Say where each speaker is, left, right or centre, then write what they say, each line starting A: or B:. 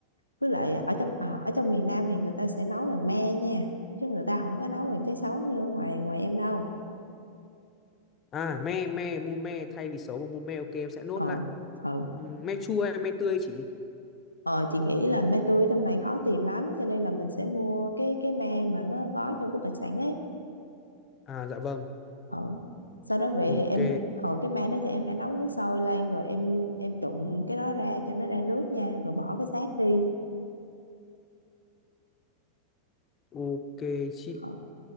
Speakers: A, on the left; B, on the left.
A: Với lại ở trong ờ, ở trong miền Nam thì người ta sẽ nấu bằng me nha. Chứ người ta không có nấu bằng trái sấu như ở ngoài ngoài em đâu.
B: À, me, me, mua me, thay vì xấu mà mua me, ok, em sẽ nốt
A: Ờ,
B: lại.
A: ờ.
B: Ừm, Me chua hay me tươi chị?
A: Ờ, chị nghĩ là me tươi ở trong này khó tìm lắm. Cho nên là mình sẽ mua cái cái me mà nó gói trong cái bịch sẵn ấy.
B: À, dạ vâng,
A: Ờ. Sau đó về
B: ok,
A: thì em ở cái me đó thì em phải nấu nước sôi lên rồi em em trụng cái đó ra cho nó ra nước nha rồi bỏ cái xác đi
B: ok chị.
A: ờ,